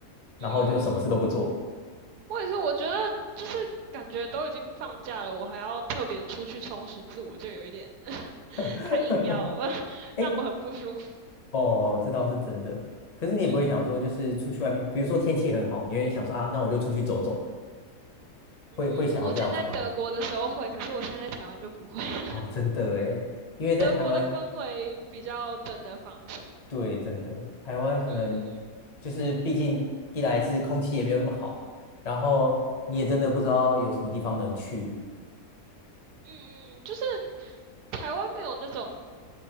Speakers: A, on the left; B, on the right.
A: 然后就什么事都不做。
B: <laughs> 嗯嗯。我也是，我觉得就是感觉都已经放假了，我还要特别出去充实自我，就有一点 <laughs>
A: <laughs>
B: 太硬要了，<laughs>
A: 哎
B: 让我很不舒服。
A: 哦，这倒是真的。可是你也不会想说，
B: 嗯
A: 就是出去外面，比如说天气很好，你会想说啊，那我就出去走走，
B: 嗯嗯，
A: 会会想要这样子吗？
B: 我之前在德国的时候会，可是我现在在台湾就不会。<laughs>
A: 哦，真的诶，因为在台湾，
B: 德国的氛围比较真的放松。
A: 对，真的，台湾可能
B: 嗯嗯
A: 就是毕竟一来是空气也没有那么好，然后你也真的不知道有什么地方能去
B: 嗯嗯，嗯就是台湾没有那种。